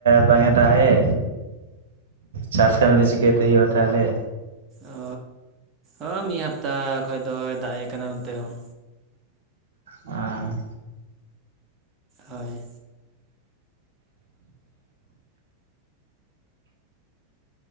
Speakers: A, on the right (about 60°); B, on the right (about 25°).
A: ᱵᱟᱝ ᱮ ᱫᱟᱜ ᱮ᱾ ᱪᱟᱥ ᱠᱟᱹᱢᱤ ᱫᱚ ᱪᱤᱠᱟᱹᱛᱮ ᱦᱩᱭᱩᱜᱼᱟ ᱛᱟᱦᱚᱞᱮ?
B: ᱚ ᱦᱚᱸ ᱢᱤᱫ ᱦᱟᱯᱛᱟ ᱠᱷᱚᱡ ᱫᱚᱭ ᱫᱟᱜ ᱮ ᱠᱟᱱᱟ ᱚᱱᱛᱮ ᱦᱚᱸ᱾
A: ᱟ᱾
B: ᱦᱳᱭ᱾